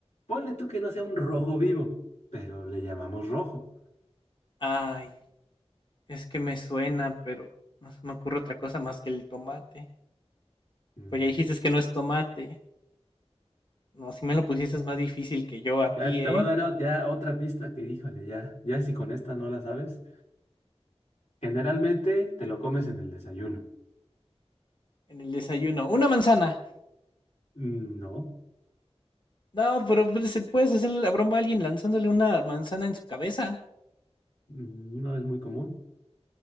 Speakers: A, on the left (about 80°); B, on the left (about 45°).
A: Ponle tú que no sea un rojo vivo, pero le llamamos rojo.
B: ay, es que me suena, pero no se me ocurre otra cosa más que el tomate.
A: No,
B: Pues ya dijiste que no es tomate. No, si me lo pusieses más difícil que yo a
A: ya
B: ti, ¿eh?
A: te va a dar o- ya otra pista que, híjole, ya, ya si con esta no la sabes. Generalmente te lo comes en el desayuno.
B: En el desayuno. Una manzana.
A: Mm, No,
B: No, pero pues, se puedes hacer la broma a alguien lanzándole una manzana en su cabeza.
A: mm, no es muy común.